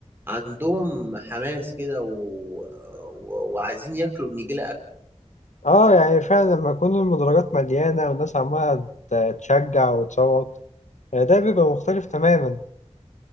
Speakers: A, on the right; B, on the left.
A: عندهم حماس كده و... و... وعايزين ياكلوا النجيلة
B: اه يعني فعلا لما يكون المدرجات مليانة والناس عمالة تشجع وتصوت يعني ده بيبقى مختلف تماما